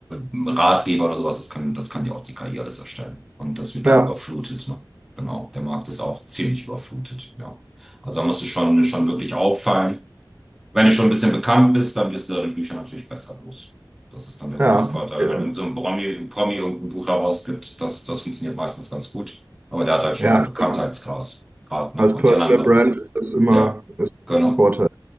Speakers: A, in the centre; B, on the right (about 20°).
A: äh, Ratgeber oder sowas, das kann, das kann dir auch die KI alles erstellen. Und das wird
B: ja,
A: dann überflutet, ne? Genau, der Markt ist auch ziemlich überflutet, ja. Also da musst du schon, schon wirklich auffallen. Wenn du schon ein bisschen bekannt bist, dann wirst du deine Bücher natürlich besser los. Das ist dann der
B: ja.
A: große Vorteil.
B: Okay.
A: Wenn irgend so ein Promi, ein Promi irgendein Buch herausgibt, das, das funktioniert meistens ganz gut. Aber der hat halt schon
B: Ja,
A: so einen Bekanntheitsgrad,
B: klar.
A: Grad, ne?
B: Als
A: Und
B: Personal
A: die anderen so.
B: Brand ist das immer,
A: Ja,
B: ist
A: genau.
B: immer ein Vorteil.